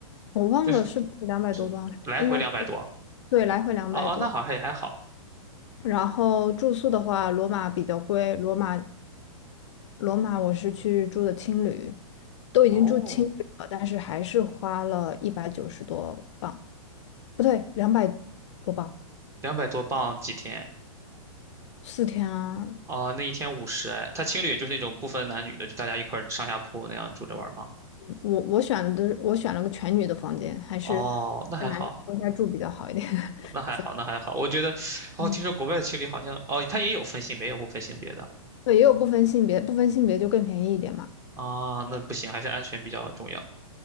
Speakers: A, on the left; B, on the right.
A: 我忘了是不是两百多镑，
B: 就是来回两百多。
A: 应该是，对，来回两百多。
B: 哦哦，那好还还好。
A: 然后住宿的话，罗马比较贵，罗马罗马我是去住的青旅，都已经住青旅了，
B: 哦，
A: 但是还是花了一百九十多镑，不对，两百多镑。
B: 两百多镑几天？
A: 四天啊，
B: 哦，那一天五十哎，他青旅就是那种不分男女的，就大家一块儿上下铺那样住着玩儿吗？
A: 我我选的我选了个全女的房间，还是
B: 哦，那还好，
A: 跟男生分开住比较好一点。<laughs>
B: 那还好，那还好。我觉得，哦，
A: 嗯，
B: 听说国外的青旅好像，哦，他也有分性别，也有不分性别的
A: 对，也有不分性别，不分性别就更便宜一点嘛。
B: 啊，那不行，还是安全比较重要。